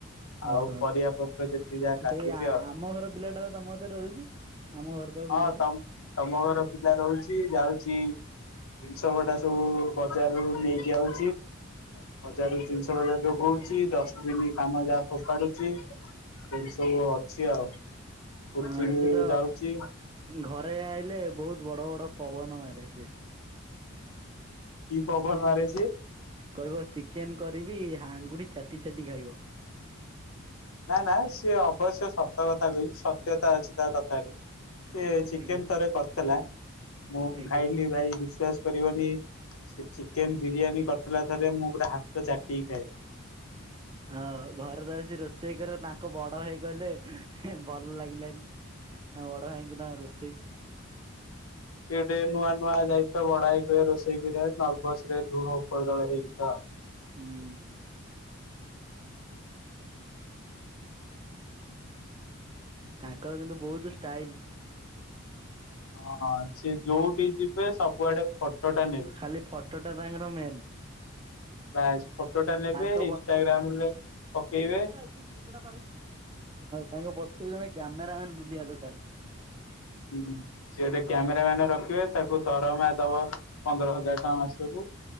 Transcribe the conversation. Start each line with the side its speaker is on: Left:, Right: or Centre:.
Left: ଆଉ
Right: ଓହୋ।
Left: ପରିବା ପତ୍ର ଯେତିକି ଯାହା କାଟୁଛି
Right: ସେଇ ଆମ
Left: ଆଉ
Right: ଘର ପିଲାଟା ତମ କତିରେ ରହୁଛି? ଆମ ଘର ପାଖ
Left: ହଁ
Right: ପିଲାଟା।
Left: ତମ ତମ ଘର ପିଲା ରହୁଛି ଯାଉଛି। ଜିନିଷ କଟା ସବୁ ବଜାର ରୁ ନେଇକି ଆଉଛି। ବଜାର ରୁ ଜ ନିଶ ହେରା ଯୋଗଉଛି, ଡଷ୍ଟବନ୍ କାମ ଯାହା ଫୋପାଡୁଛି। ଏମିତି ସବୁ ଅଛି ଆଉ। ପୃଥିବୀ
Right: ହଁ ସେ ତ
Left: ଯାଉଛି।
Right: ଘରେ ଆଇଲେ ବହୁତୁ ବଡ ବଡ ପବନ ମାରେ ସେ।
Left: କି ପବନ ମାରେ ସିଏ?
Right: କହିବ ଚିକେନ୍ କରିବି ଆଙ୍ଗୁଡି ଚାଟି ଚାଟି ଖାଇବ।
Left: ନା ନା ସିଏ ଅବଶ୍ୟ ସତ କଥା କହିଛି। ସତ୍ୟତା ଅଛି ତା କଥାଟି। ସେ ଚିକେନ୍
Right: ଆଜ୍ଞା
Left: ଥରେ କରିଥିଲା, ମୁଁ
Right: ଆଜ୍ଞା
Left: ଖାଇଲି ଭାଇ ବିଶ୍ବାସ କରିବନି ସେ ଚିକେନ୍ ବିରିୟାନୀ କରିଥିଲା ଥରେ ମୁଁ ଗୋଟେ ହାତ ଚାଟିକି ଖାଇଲି।
Right: ହଁ ଘରେ ରହି ସେ ରୋଷେଇ କରେ ତାଙ୍କ ବଡ ଭାଇ କହିଲେ ଭଲ ଲାଗିଲାନି। ତା ବଡ ଭାଇଙ୍କୁ ତା ରୋଷେଇ।
Left: ସେ ଟିକେ ନୂଆ ନୂଆ ଯାଇଥିବ ବଡ ଭାଇ କହିବ ରୋଷେଇ କାରିବାକୁ, ନର୍ଭସ ରେ ଲୁଣ ଉପର ତଳ ହେଇଥ
Right: ହୁଁ। ତାଙ୍କର କିନ୍ତୁ ବୋହୁତ୍ ଷ୍ଟାଇଲ୍।
Left: ହଁ ସେ ଯୋଉଠି ଯିବେ ସବୁଆଡେ ଫଟୋ ଟା ନେବେ
Right: ଖାଲି ଫ ଟଟା ତାଙ୍କର ମେନ୍।
Left: ବାସ୍ ଫଟୋ ଟା ନେବେ
Right: ତାଙ୍କ
Left: ଇନ୍ଷ୍ଟାଗ୍ରାମ୍ ରେ ନେଇକି ପକେଇବେ।
Right: ଛକଟା ପାରେଇ। ତାଙ୍କ ପଛରେ ଜଣେ କ୍ୟାମେରାମନ୍ ବୁଲିବା ଦରକାର।
Left: ହୁଁ ସେ ଗୋଟେ କ୍ୟାମେରା ମ୍ୟାନ୍ ରଖିବେ ତାକୁ ଦରମା ଦବ। ପନ୍ଦର ହଜାର ଟଙ୍କା ମାସକୁ।